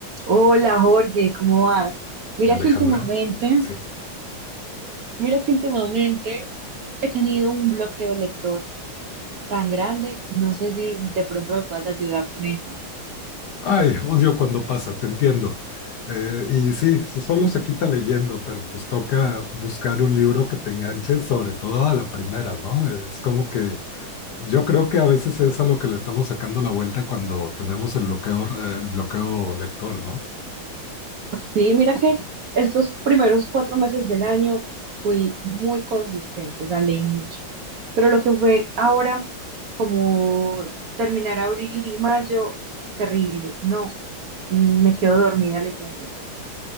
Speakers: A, on the right; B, on the left.
A: Hola Jorge, ¿cómo vas? Mira
B: Alejandra,
A: que últimamente,
B: sí.
A: mira que últimamente he tenido un bloqueo lector tan grande, no sé si de pronto me puedas ayudar con eso.
B: Ay, odio cuando pasa, te entiendo. Eh, y sí, solo se quita leyendo, pero pues toca buscar un libro que te enganche, sobre todo a la primera, ¿no? Es como que yo creo que a veces es a lo que le estamos sacando la vuelta cuando tenemos el bloqueo, eh, bloqueo lector, ¿no?
A: Sí, mira que estos primeros cuatro meses del año fui muy consistente, o sea, leí mucho. Pero lo que fue ahora, como terminar abril y mayo, terrible, no, mm, me quedo dormida leyendo.